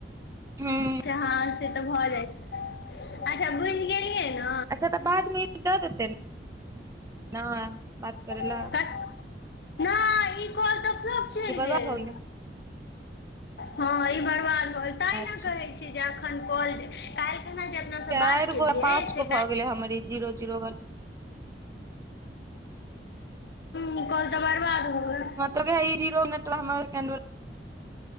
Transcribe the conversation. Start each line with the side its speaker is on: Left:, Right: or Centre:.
Right: हूँ
Left: हँ से तऽ भऽ जाय अच्छा बुझि गेलियै न
Right: अच्छा तऽ बादमे ई दऽ देतै नऽ बात करे लऽ
Left: क नहि ई कल तऽ फ्लोप चैल
Right: कि बर्बाद
Left: गेल
Right: भऽ गेलै
Left: हँ ई बरबाद भेल तेय
Right: अच्छा
Left: न कहै छियै जे एखन कॉल काल्हि खना जे अपना से
Right: चारि
Left: बात केलियै
Right: गो आ पाँच
Left: से
Right: गो भऽ गेलै हमर ई जीरो जीरो बला
Left: हूँ कॉल तऽ बरबाद भ गेल
Right: हमरा तऽ गइ ई जीरो <unintelligible>